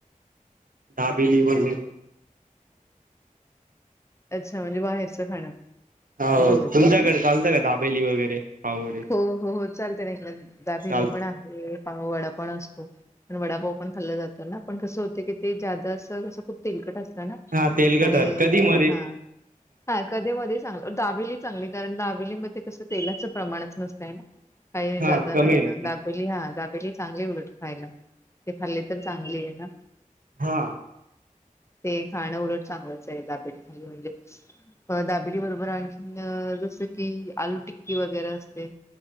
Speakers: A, on the right; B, on the left.
A: दाबेली वगैरे
B: अच्छा म्हणजे बाहेरचं खाणं
A: हो
B: झालं
A: तुमच्याकडे
B: ते
A: चालतं का दाबेली वगैरे पाववडे
B: हो हो हो चालते ना इकडे दाबेली
A: चालत
B: पण आहे पाव वडा पण असतो पण वडापाव पण खाल्लं जातो ना पण कसं होते की ते ज्यादा अस कसं खूप तेलकट असत आणि
A: हा तेलकट कधी मध्ये
B: हा हा कधी मधे दाबेली चांगली कारण दाबेलीमध्ये कस तेलाच प्रमाणच नसतय ना काही
A: हा
B: जादा
A: कमी
B: नसत
A: राहत
B: दाबेली हा दाब चांगले उलट खायला ते खाल्ले तर चांगली आहे ना
A: हा
B: ते खाणं उलट चांगलंच आहे दाबेली खाल्ली म्हणजे दाबेली बरोबर आणखीन जसं की आलू टिक्की वगैरे असते